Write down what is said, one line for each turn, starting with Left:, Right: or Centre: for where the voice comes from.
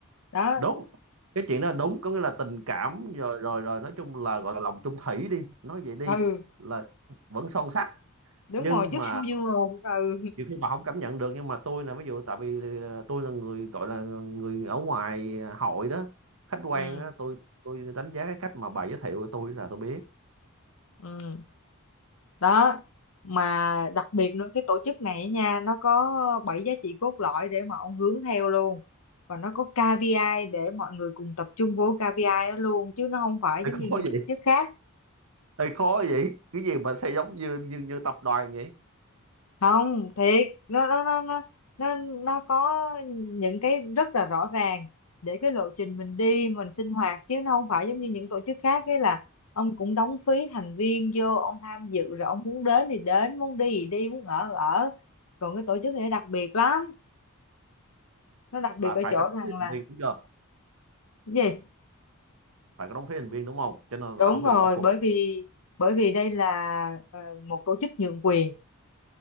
Left: đó
Right: đúng cái chuyện đó là đúng có nghĩa là tình cảm rồi rồi rồi nói chung là gọi là lòng chung thủy đi nói vậy đi
Left: ừ
Right: là vẫn son sắt
Left: đúng
Right: nhưng
Left: rồi trước
Right: mà
Left: sau như một ừ
Right: nhiều khi bà không cảm nhận được nhưng mà tôi là ví dụ tại vì ờ, tôi là người gọi là người ở ngoài hội đó khách quan
Left: ừ
Right: á tôi tôi đánh giá cái cách mà bà giới thiệu của tôi là tôi biết
Left: ừ đó mà đặc biệt nữa cái tổ chức này á nha nó có bảy giá trị cốt lõi để mà ông hướng theo luôn và nó có KPI để mọi người cùng tập trung vô KPI đó luôn chứ nó không phải
Right: <laughs>
Left: giống như những
Right: Có gì?
Left: tổ chức khác
Right: Ê, khó vậy cái gì mà sẽ giống như như như tập đoàn vậy
Left: không thiệt nó nó nó nó nó nó có những cái rất là rõ ràng để cái lộ trình mình đi mình sinh hoạt chứ nó không phải giống như những tổ chức khác ấy là ông cũng đóng phí thành viên vô ông tham dự rồi ông muốn đến thì đến muốn đi thì đi muốn ở thì ở còn cái tổ chức này nó đặc biệt lắm nó đặc biệt
Right: là
Left: ở
Right: phải
Left: chỗ
Right: có đóng
Left: rằng
Right: phí
Left: là
Right: thành viên đúng chưa
Left: cái gì
Right: phải có đóng phí thành viên đúng không cho nên
Left: đúng
Right: là không
Left: rồi
Right: được bỏ cuộc
Left: bởi vì bởi vì đây là ờ, một tổ chức nhượng quyền